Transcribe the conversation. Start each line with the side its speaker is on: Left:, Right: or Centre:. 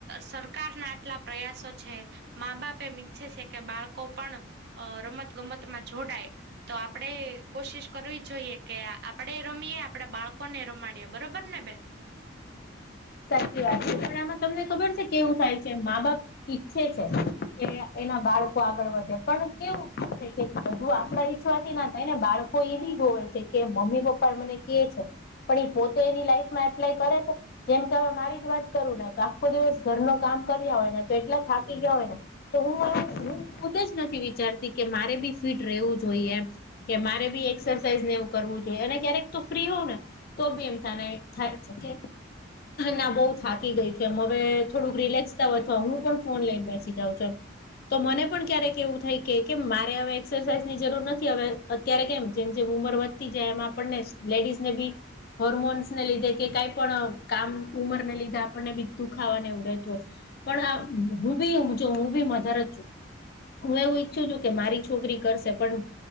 Right: સરકારના આટલા પ્રયાસો છે. મા બાપ એમ ઈચ્છે છે કે બાળકો પણ અ રમત ગમતમાં જોડાય. તો આપણેે કોશિશ કરવી જોઈએ કે આપણેે રમીએ, આપડા બાળકોને રમાડીએ બરોબર ને બેન?
Left: સાચી વાત છે. પણ આમાં તમને ખબર છે કેવું થાય છે, મા બાપ ઈચ્છે છે કે એના બાળકો આગળ વધે. પણ કેવું છે કે બધું આપડા ઈચ્છવાથી ના થાય ને. બાળકો એબી જોવે છે કે મમ્મી પપ્પા મને કે છે પણ ઈ પોતે એની લાઈફમાં એપ્લાય કરે છે? જેમ જે મારી જ વાત કરું ને તો આખો દિવસ ઘર નો કામ કર્યા હોય ને તો એટલા થાકી ગયા હોય ને તો હું હું ખુદ જ નથી વિચારતી કે મારે બી ફિટ રહેવું જોઈએ એમ. કે મારે બી એક્સરસાઇઝ ને એવું કરવું જોઈએ. અને ક્યારેક તો ફ્રી હોઉં ને તો બી એમ તને થાય છે કે ના બહુ થાકી ગઈ છું એમ હવે થોડુંક રિલેક્સ થાઉ અથવા હું પણ ફોન લઈને બેસી જાઉં છું એમ. તો મને પણ ક્યારેક એવું થાય કે કેમ મારે હવે એક્સરસાઇઝની જરૂર નથી હવે. અત્યારે કેમ જેમ જેમ ઉંમર વધતી જાય એમ આપણને લેડીઝ ને બી હર્મોન્સને લીધે કે કાઈ પણ કામ ઉમર ને લીધે આપણને બી દુખાવા ને એવું રહેતું હોય. પણ હું બી હું જો હું બી મધર જ છું. હું એવું ઈચ્છું છું કે મારી છોકરી કરશે પણ